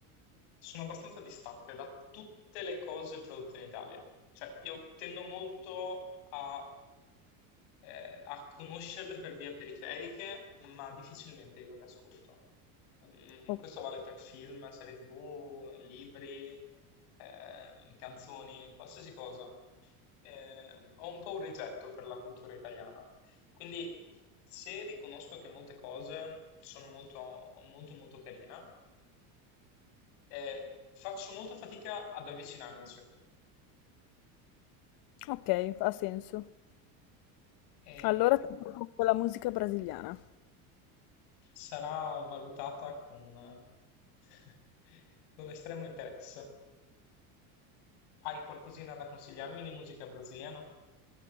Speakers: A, on the left; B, on the left.
A: sono abbastanza distante da tutte le cose prodotte in Italia. Cioè, io tendo molto a, eh, a conoscerle per vie periferiche, ma difficilmente io le ascolto. Mm,
B: Ok,
A: questo vale per film, serie TV, libri, eh, canzoni, qualsiasi cosa. Eh, ho un po' un rigetto per la cultura italiana. Quindi se riconosco che molte cose sono molto, molto, molto carina, eh, faccio molta fatica ad avvicinarmici
B: Ok, ha senso.
A: e
B: Allora ti propongo la musica brasiliana.
A: sarà valutata con, <laughs> con estremo interesse. Hai qualcosina da consigliarmi di musica brasiliana?